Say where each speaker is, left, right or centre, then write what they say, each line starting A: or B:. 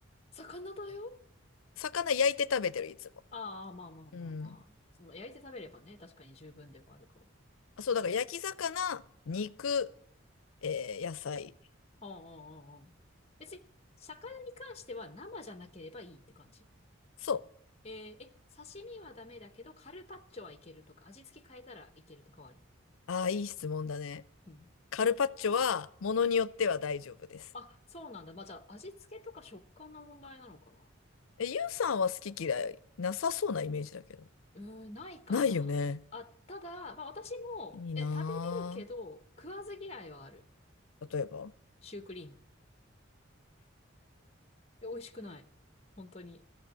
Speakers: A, on the left; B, on the left.
A: 魚だよ
B: 魚焼いて食べてる、いつも。
A: ああ、まあまあまあまあ。
B: うん。
A: その、焼いて食べればね、確かに十分ではあるかも。
B: あ、そう、だから焼き魚、肉、えー野菜。
A: うんうんうんうん。別に、魚に関しては生じゃなければいいって感じ
B: そ
A: えーえ、刺身はダメだけど、カルパッチョはいけるとか、味付け変えたらいけるとかはあり。
B: う。ああ、いい質問だね。
A: うん。
B: カルパッチョは、ものによっては大丈夫です。
A: あ、そうなんだ。まあ、じゃあ、味付けとか食感の問題なのかな
B: え、ゆうさんは好き嫌いなさそうなイメージだけど。
A: うーん、ないかな。
B: ないよね。
A: あ、ただ、まあ、私も、
B: いいな
A: え、食べれるけど、食わず嫌いはある。
B: ぁ。例えば。
A: シュークリーム。え、美味しくない。本当に。